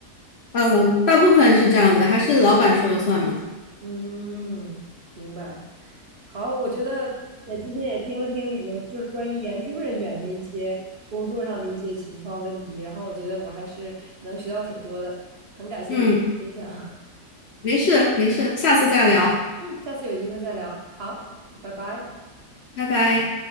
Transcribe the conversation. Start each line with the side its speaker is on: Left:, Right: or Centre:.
Left: 呃，大部分是这样子的还是老板说了算嘛？
Right: 嗯，明白。好，我觉得也今天也听了听你们就是关于研究人员的一些工作上的一些情况问题，然后我觉得我还是能学到挺多的，很感谢你跟我分享。
Left: 嗯，没事没事，下次再聊，
Right: <laughs> 嗯，下次有机会再聊。好，拜拜。
Left: 拜拜。